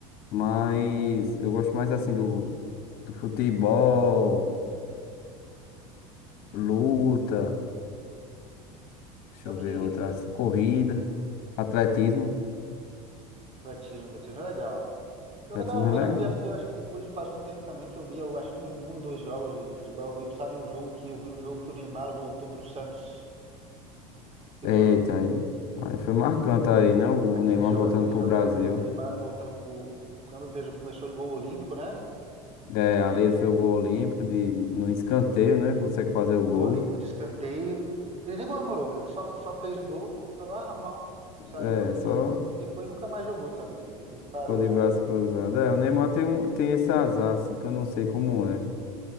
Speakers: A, on the left; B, on the right.
A: mas eu gosto mais assim do, do futebol, luta. Deixa
B: Pior
A: eu
B: que
A: ver outra. assim, Corrida. Atletismo.
B: atletismo, atletismo é legal. Pior
A: Atletismo
B: que eu tava vendo,
A: é
B: eu
A: legal.
B: vi, acho que, eu acho que depois faz um tempo também que eu vi, eu acho que um, um ou dois jogos de futebol, eu vi, sabe, o jogo que eu vi o jogo que o Neymar voltou pro Santos. Aquele
A: Eita,
B: jogo eu vi.
A: aí. Aí foi marcante aí, né? O
B: Aquele
A: Neymar
B: jogo,
A: voltando
B: aquele
A: pro
B: jogo
A: Brasil.
B: é o Neymar voltando pro câmbio, fez, o- começou de gol olímpico, né?
A: É, ali ele fez o gol olímpico de, no escanteio, né? Consegue fazer o
B: Gol
A: gol.
B: olímpico de escanteio. Ele nem comemorou, ele só, só fez o gol, falou, ah, normal. Saiu
A: É,
B: ali,
A: só
B: depois nunca mais jogou também. Eu vi que ele parou
A: ficou de
B: de
A: braço
B: jogar.
A: cruzado. É, o Neymar tem, um, tem esse azar, assim, que eu não sei como é.